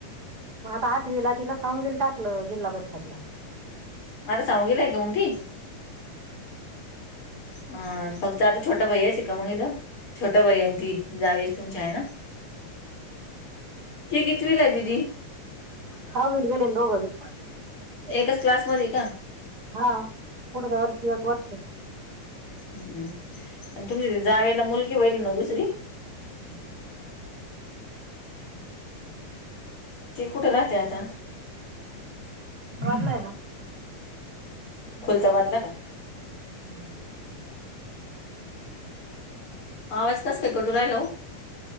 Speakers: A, on the right (about 30°); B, on the left (about 40°).
A: मग आता आठवीला तिला <unintelligible> टाकलं जिल्हा परिषदला.
B: मग आता सहावी ला आहे का मग ती? हं फक्त आता छोटा भय्या आहे ते कमवित. छोट्या भय्या आणि ती जावेची तुमच्या आहे ना? ती कितवीला आहे दीदी.
A: सहावीत गेली दोघबी.
B: एकाच क्लासमध्ये हाय का.
A: हा पुढच्या वर्षी एक वर्ष.
B: हम्मम् आणि तुमची जावेला मुलगी होईल ना दुसरी?
A: ह
B: ते कुठं राहते आता?
A: <unintelligible>
B: <unintelligible>
A: हम्म.
B: आवाज कसं काय कट होऊ राहिला वो.